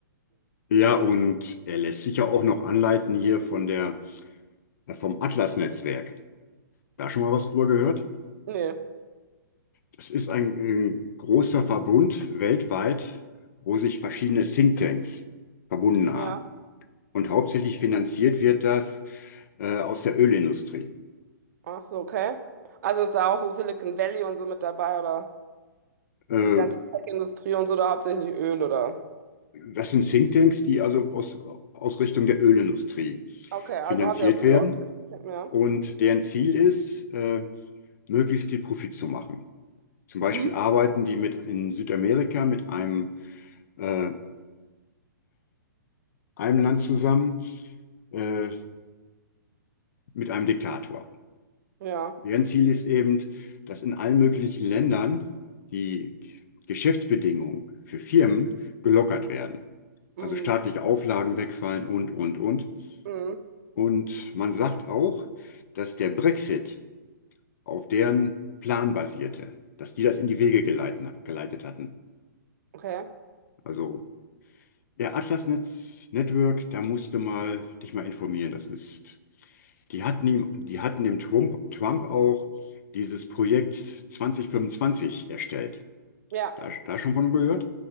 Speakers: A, on the left (about 55°); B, on the right (about 50°).
A: Ja, Ja, und er lässt sich ja auch noch anleiten hier von der, äh, vom Atlas-Netzwerk. Da schon mal was drüber gehört?
B: Nee,
A: Das ist ein, äh, großer Verbund weltweit, wo sich verschiedene Thinktanks verbunden haben.
B: ja.
A: Und hauptsächlich finanziert wird das, äh, aus der Ölindustrie.
B: Ach so, okay. Also ist da auch so Silicon Valley und so mit dabei oder
A: Äh,
B: die ganze Tech-Industrie und so, da hauptsächlich Öl oder?
A: Das sind Thinktanks, die also aus, aus Richtung der Ölindustrie
B: Okay,
A: finanziert
B: also hat er Öl
A: werden
B: ausgerichtet. Ja.
A: und deren Ziel ist, äh, möglichst viel Profit zu machen. Zum Beispiel
B: Mhm.
A: arbeiten die mit in Südamerika mit einem, äh, einem Land zusammen, äh, mit einem Diktator.
B: Ja.
A: Deren Ziel ist eben, dass in allen möglichen Ländern die Geschäftsbedingungen für Firmen gelockert werden.
B: Mhm.
A: Also staatliche Auflagen wegfallen und, und, und.
B: Mhm.
A: Und man sagt auch, dass der Brexit auf deren Plan basierte, dass die das in die Wege geleiten- geleitet hatten.
B: Okay.
A: Also der Atlas Netz Network, da musst du mal dich mal informieren. Das ist, die hatten ihm, die hatten dem Trump, Trump auch dieses Projekt 2025 erstellt.
B: Ja.
A: Da, da schon von gehört?